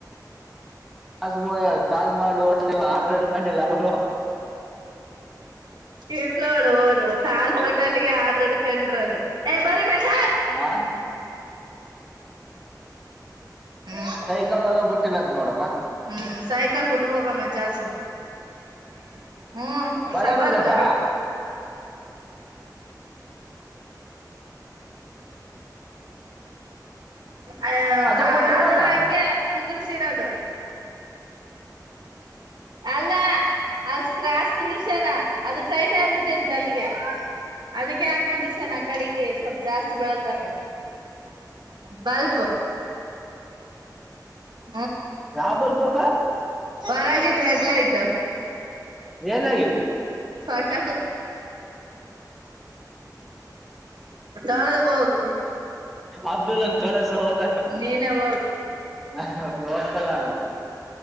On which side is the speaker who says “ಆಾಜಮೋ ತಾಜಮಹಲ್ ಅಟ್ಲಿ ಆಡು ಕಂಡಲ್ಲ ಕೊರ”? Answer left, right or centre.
Centre